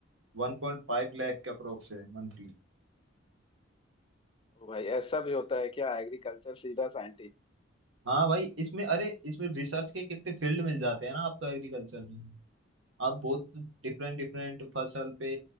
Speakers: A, on the right; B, on the left.
A: वन पॉइंट फाइव लैख के अप्रोक्स है मंथली
B: है। ओ भाई ऐसा भी होता है क्या एग्रीकल्चर सीधा साइंटिस्ट
A: हाँ भाई इसमें अरे इसमें रिसर्च के कितने फील्ड मिल जाते हैं ना आपको एग्रीकल्चर में आप बहुत डिफरेंट डिफरेंट फसल पे